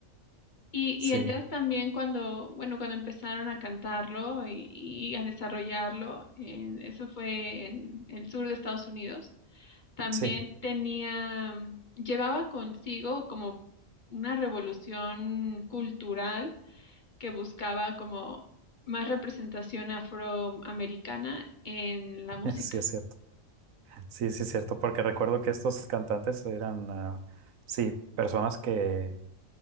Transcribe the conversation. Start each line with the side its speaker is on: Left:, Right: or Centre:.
Left: Y,
Right: sí,
Left: y el jazz también cuando, bueno, cuando empezaron a cantarlo y, y a desarrollarlo, en- eso fue en el sur de Estados Unidos, también
Right: sí,
Left: tenía, mm, llevaba consigo como una revolución cultural que buscaba como más representación afroamericana en la
Right: <laughs>
Left: música.
Right: sí es cierto, sí, sí es cierto, porque recuerdo que estos cantantes eran, ah, sí, personas que...